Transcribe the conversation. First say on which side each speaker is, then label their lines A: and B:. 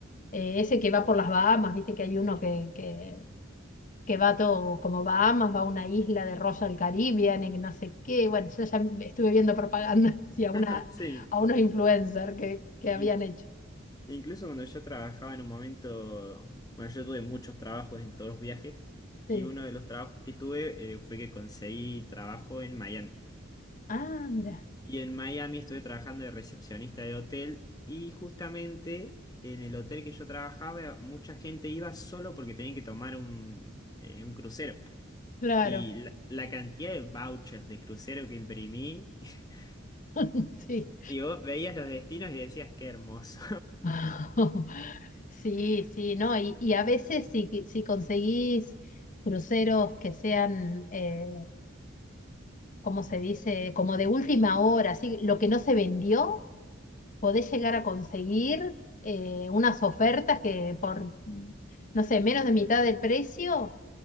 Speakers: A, on the left; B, on the left.
A: eh, ese que va por las Bahamas, viste que hay uno que, que, que va todo como Bahamas, va a una isla de Royal Caribbean y que no sé qué. Bueno, yo ya estuve viendo propaganda <laughs> sí, a, una,
B: <laughs> Sí.
A: a unos influencers que, que habían
B: Y
A: hecho.
B: e incluso cuando yo trabajaba en un momento, bueno, yo tuve muchos trabajos en todos los viajes
A: Sí.
B: y uno de los trabajos que tuve eh, fue que conseguí trabajo en Miami.
A: Ah, mira,
B: Y en Miami estuve trabajando de recepcionista de hotel y justamente en el hotel que yo trabajaba mucha gente iba solo porque tenían que tomar un, eh, un crucero.
A: claro.
B: Y la, la cantidad de vouchers de crucero que imprimí, <laughs>
A: <laughs> Sí.
B: y vos veías los destinos y decías, qué hermoso.
A: <laughs> Sí, sí, no, y, y a veces si, si conseguís cruceros que sean, eh, ¿cómo se dice? Como de última hora, así, lo que no se vendió, podés llegar a conseguir eh, unas ofertas que por, no sé, menos de mitad del precio,